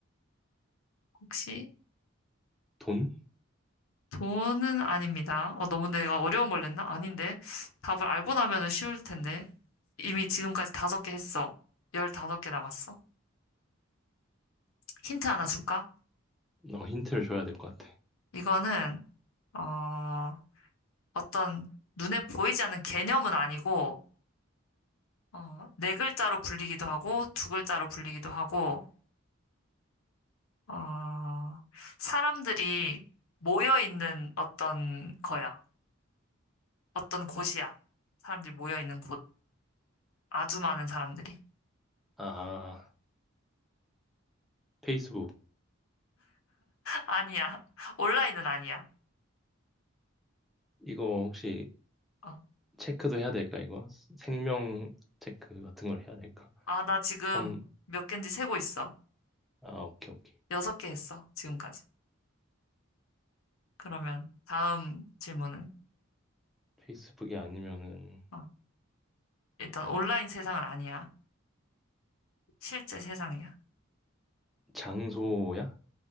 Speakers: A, on the left (about 80°); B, in the centre.
A: 혹시
B: 돈?
A: 돈은 아닙니다. 어, 너무 내가 어려운 걸 냈나? 아닌데. 답을 알고 나면은 쉬울 텐데. 이미 지금까지 다섯 개 했어. 열다섯 개 남았어. 힌트 하나
B: 음,
A: 줄까?
B: 어, 힌트를 줘야 될 것 같아.
A: 이거는, 어, 어떤 눈에 보이지 않는 개념은 아니고, 어, 네 글자로 불리기도 하고, 두 글자로 불리기도 하고, 어, 사람들이 모여 있는 어떤 거야. 어떤 곳이야. 사람들이 모여 있는 곳. 아주 많은 사람들이.
B: 아, 페이스북.
A: 아니야. 온라인은 아니야.
B: 이거 혹시
A: 어.
B: 체크도 해야 될까, 이거? 생명 체크 같은 걸 해야 될까?
A: 아, 나 지금
B: 턴.
A: 몇 개인지 세고 있어.
B: 아, 오케이, 오케이.
A: 여섯 개 했어, 지금까지. 그러면 다음 질문은,
B: 페이스북이 아니면은
A: 어, 일단 온라인 세상은 아니야. 실제 세상이야.
B: 장소야?